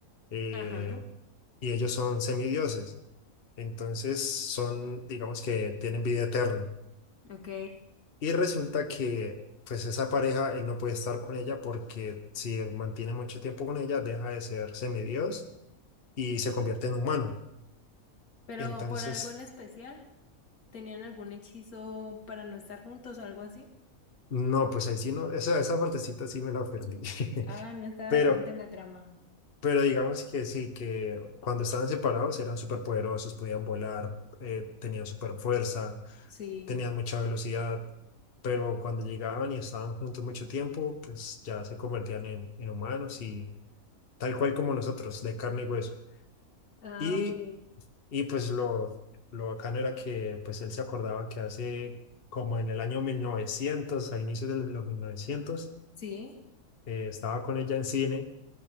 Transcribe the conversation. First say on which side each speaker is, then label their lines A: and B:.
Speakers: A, on the left; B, on the left.
A: eh,
B: Ajá,
A: y ellos son semidioses, entonces son digamos que tienen vida eterna
B: ok.
A: y resulta que pues esa pareja él no puede estar con ella porque si él mantiene mucho tiempo con ella deja de ser semidios y se convierte en humano,
B: Pero
A: entonces
B: por algo en especial, ¿tenían algún hechizo para no estar juntos o algo así?
A: no, pues ahí sí no, esa, esa partecita sí me la perdí.
B: Ah,
A: <laughs>
B: no estaba
A: Pero,
B: de pronto en la trama.
A: pero digamos que sí, que cuando estaban separados eran súper poderosos, podían volar, eh, tenían súper fuerza,
B: Sí.
A: tenían mucha velocidad, pero cuando llegaban y estaban juntos mucho tiempo, pues ya se convertían en, en humanos y tal cual como nosotros, de carne y hueso.
B: Ah,
A: Y,
B: ok.
A: y pues lo, lo bacano era que pues él se acordaba que hace como en el año 1900 a inicios de los 1900,
B: Sí.
A: eh, estaba con ella en cine